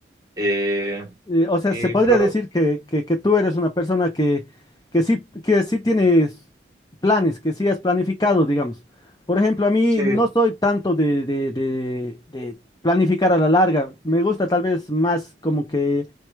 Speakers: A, on the right; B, on the left.
A: Eh,
B: Eh, o sea,
A: y,
B: se podría
A: pero
B: decir que, que- que tú eres una persona que, que sí, que sí tienes planes, que sí has planificado, digamos. Por ejemplo, a mí
A: sí,
B: no soy tanto de, de- de- de planificar a la larga. Me gusta tal vez más como que